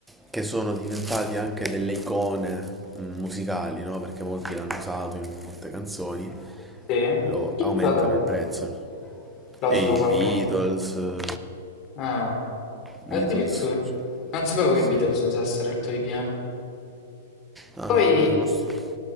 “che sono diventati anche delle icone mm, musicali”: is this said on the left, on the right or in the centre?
Centre